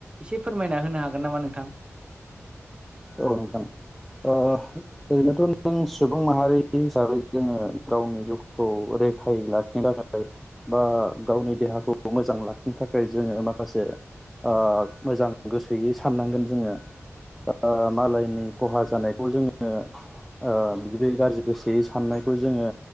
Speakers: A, on the right; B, in the centre.
A: एसे फोरमायना होनो हा हागोन नामा नोंथां?
B: औ नोंथां अह ओरैनोथ' जों सुबुं माहारि हिसाबै जोङो गावनि जिउखौ रैखायै लाखिनो थाखाय बा गावनि देहाखौ मोजां लाखिनो थाखाय जोङो माखासे ओ मोजां गोसोयै साननांगोन जोङो ओ मालायनि खहा जानायखौ जोङो ओ बिदि गाज्रि गोसोयै साननायखौ जोङो